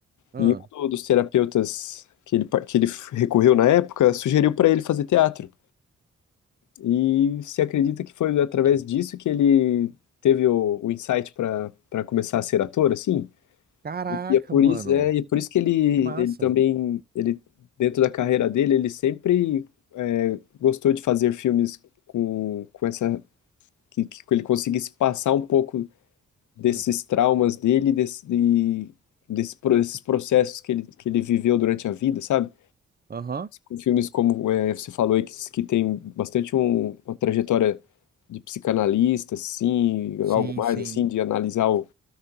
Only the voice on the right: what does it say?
Ah,
hum,
caraca,
mano.
Que massa.
hum.
Aham.
Sim,
sim.